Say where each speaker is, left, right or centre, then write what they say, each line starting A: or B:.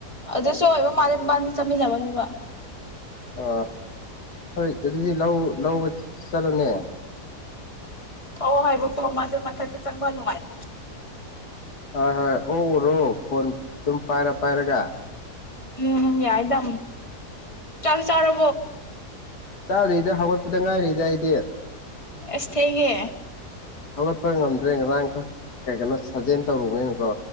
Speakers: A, on the left; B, on the left.
A: ꯑꯗ ꯁꯣ ꯑꯣꯏꯕ ꯃꯥ ꯕꯥꯅꯤ ꯆꯃꯤ ꯅꯕꯅꯤ ꯋꯥ
B: ꯑ ꯍꯣꯏ ꯑꯗꯨꯗꯤ ꯂꯧ ꯂꯧꯕ ꯆꯠꯂꯨꯅꯦ
A: ꯍ ꯍꯥꯏꯕꯨ ꯀꯣ ꯃꯥ ꯃꯊꯒꯤ ꯁꯒꯅꯅꯨꯡ ꯃꯥꯥꯏ
B: ꯍꯣꯏ ꯍꯣꯏ ꯎ ꯎꯔꯣ ꯐꯣꯟ ꯑꯗꯨꯝ ꯄꯥꯏꯔ ꯄꯥꯏꯔꯒ
A: ꯎꯝ ꯌꯥꯏꯗ ꯆꯂ ꯆꯔꯣ
B: ꯆꯥꯗ꯭ꯔꯤꯗ ꯍꯧꯒꯠꯄꯗ ꯉꯥꯏꯔꯤꯗ ꯑꯩꯗꯤ ꯌꯦ
A: ꯑꯁ ꯊꯦꯡꯉꯦ
B: ꯍꯧꯒꯠꯄ ꯉꯝꯗ꯭ꯔꯦ ꯉꯔꯥꯡ ꯈꯔ ꯀꯩ ꯀꯅꯣ ꯁꯥꯖꯦꯜ ꯇꯧꯔꯨꯕꯅꯤꯅꯀꯣ